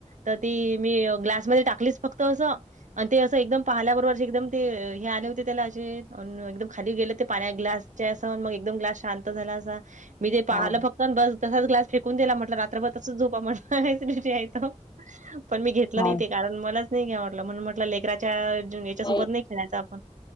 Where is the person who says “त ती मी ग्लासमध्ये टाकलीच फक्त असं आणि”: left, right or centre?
Right